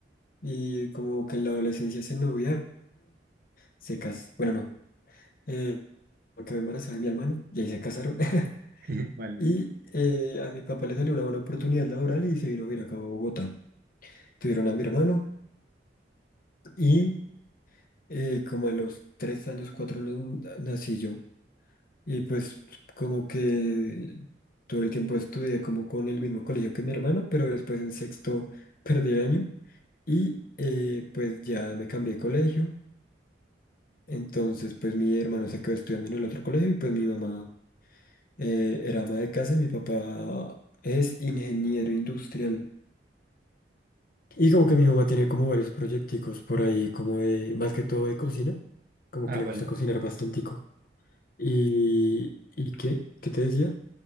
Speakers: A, on the left; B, on the right.
A: Y como que en la adolescencia se noviaron, se casaron. Bueno, no. eh, quedó embarazada de mi hermano y ahí se casaron. <laughs>
B: <laughs> Vale.
A: Y eh, a mi papá le salió una buena oportunidad laboral y se vino a vivir acá a Bogotá. Tuvieron a mi hermano y eh, como a los tres años, cuatro años n- nací yo. Y pues como que todo el tiempo estudié como con el mismo colegio que mi hermano, pero después en sexto perdí el año y eh, pues ya me cambié de colegio. Entonces pues mi hermano se quedó estudiando en el otro colegio y pues mi mamá eh, era ama de casa y mi papá es ingeniero industrial. Y como que mi mamá tiene como varios proyecticos por ahí, como de, más que todo de cocina, como
B: Ah,
A: que le
B: vale,
A: gusta
B: vale.
A: cocinar bastantico. ¿Y, y qué? ¿Qué te decía?